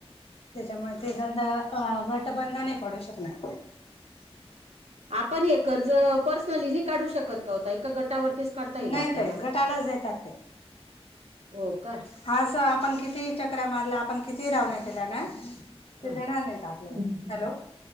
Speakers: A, on the left; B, on the right.
A: त्याच्यामुळे ते गंध गट बंध नाही पडू शकणार
B: आपण हे कर्ज पर्सनली नाई काढू शकत का ओ ताई का गटावरतीच काढता येईल
A: नाही
B: आपल्याला
A: ताई गटालाच देतात
B: हो का
A: हा असं आपण किती चक्र्या मारल्या आपण किती रावणा केल्या ना
B: हा
A: ते देणार नाहीत आपल्याला
B: हम्म.
A: हॅलो